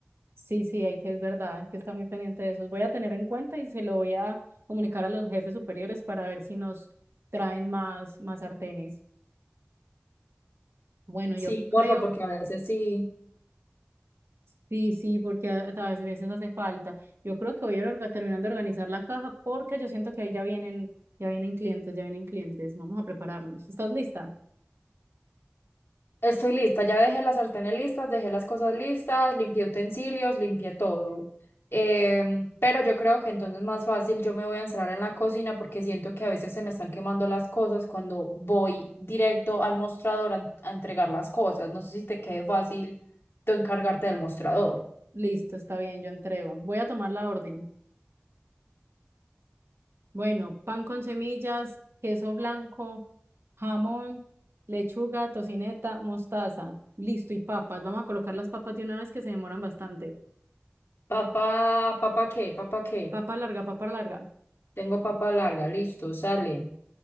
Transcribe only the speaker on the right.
Sí, sí, hay que, es verdad, hay que estar muy pendiente de eso. Voy a tener en cuenta y se lo voy a comunicar a los jefes superiores para ver si nos traen más, más sartenes. Bueno, yo
creo,
sí, sí, porque a, a veces hace falta. Yo creo que voy a ir orga- terminando de organizar la caja porque yo siento que ahí ya vienen, ya vienen clientes, ya vienen clientes. Vamos a prepararnos. ¿Estás lista?
Listo, está bien, yo entrego. Voy a tomar la orden. Bueno, pan con semillas, queso blanco, jamón, lechuga, tocineta, mostaza. Listo, y papas. Vamos a colocar las papas de una vez que se demoran bastante.
Papa larga, papa larga.